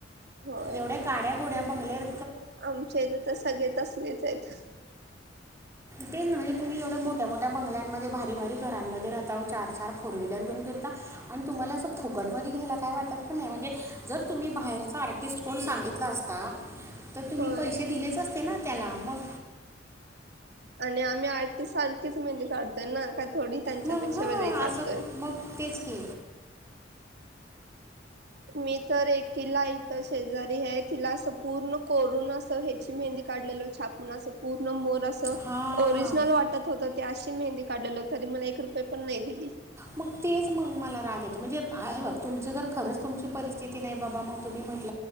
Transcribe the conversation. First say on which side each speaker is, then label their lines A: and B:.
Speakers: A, on the right; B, on the right.
A: होय
B: एवढ्या काड्या घुड्या बंगलेर
A: आमच्या इथे तर सगळेच असलेच आहेत
B: तेच ना म्हणजे तुम्ही एवढ्या मोठ्या मोठ्या बंगल्यांमध्ये भारी भारी घरांमध्ये राह चार चार फोर व्हीलर घेऊन फिरता आणि तुम् मला असं फुकट मध्ये घ्यायलाय वाटत पण नाही म्हणजे जर तुम्ही बाहेरचा आर्टिस्ट कोण सांगितला असता तर तुम्ही
A: होय
B: पैसे दिलेच असते ना त्यालामग
A: आणि आम्ही आठतीस सारखीच मेहंदी काढतोय ना थोडी त्यांच्यापेक्षा
B: मग ह
A: वेगळी काढतोय
B: असं मग तेच की
A: मी तर एकीला इथच शेजारी आहे तिला अस पूर्ण करून अस ह्याची मेहंदी काढलेल छापून असं पूर्ण नमोर अस
B: हां
A: ओरिजनल वाटत होतं त्या अशी मेहंदी काढल तरी मला एक रुपये पण नाही दिली
B: मग तेच मग मला राग येत म्हणजे फार अस तुमचं जर खरंच तुमची परिस्थिती नाही बाबा मग तुम्ही म्हट